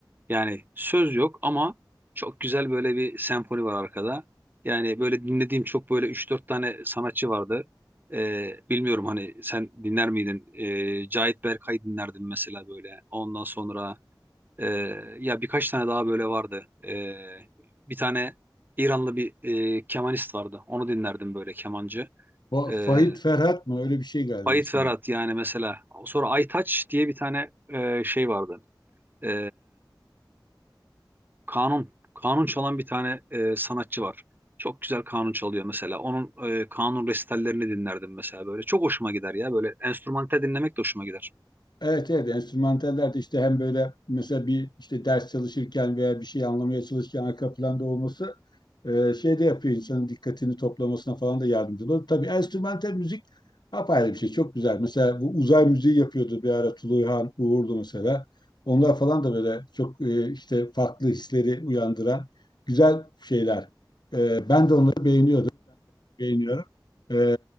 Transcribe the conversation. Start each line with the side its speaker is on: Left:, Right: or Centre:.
Right: Yani söz yok ama çok güzel böyle bir senfoni var arkada. Yani böyle dinlediğim çok böyle üç dört tane sanatçı vardı. Eee, bilmiyorum hani sen dinler miydin? Eee Cahit Berkay dinlerdim mesela böyle. Ondan sonra eee, ya birkaç tane daha böyle vardı. Eee, bir tane İranlı bir eee kemanist vardı. Onu dinlerdim böyle kemancı.
Left: O
Right: E,
Left: Fahit Ferhat mı? Öyle bir şey galiba
Right: Ait
Left: ismi.
Right: Ferhat yani mesela. Sonra Aytaç diye bir tane e, şey vardı. E, kanun. Kanun çalan bir tane e, sanatçı var. Çok güzel kanun çalıyor mesela. Onun e, kanun resitallerini dinlerdim mesela böyle. Çok hoşuma gider ya. Böyle enstrümantal dinlemek de hoşuma gider.
Left: Evet evet enstrümantaller de işte hem böyle mesela bir işte ders çalışırken veya bir şey anlamaya çalışırken arka planda olması e, şey de yapıyor insanın dikkatini toplamasına falan da yardımcı oluyor. Tabii enstrümantal müzik apayrı bir şey çok güzel. Mesela bu uzay müziği yapıyordu bir ara Tuluyhan Uğurlu mesela. Onlar falan da böyle çok e, işte farklı hisleri uyandıran güzel şeyler. E, ben de onları beğeniyordum, beğeniyorum. E,